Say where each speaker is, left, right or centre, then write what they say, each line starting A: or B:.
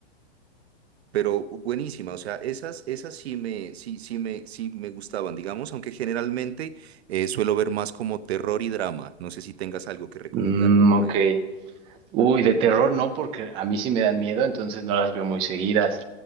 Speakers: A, on the right (about 70°); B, on the right (about 15°).
A: Pero buenísima, o sea, esas, esas sí me, sí, sí me, sí me gustaban, digamos, aunque generalmente eh, suelo ver más como terror y drama. No sé si tengas algo que recomendarme
B: Mm,
A: por
B: ok.
A: ahí.
B: Uy, de terror no, porque a mí sí me dan miedo, entonces no las veo muy seguidas.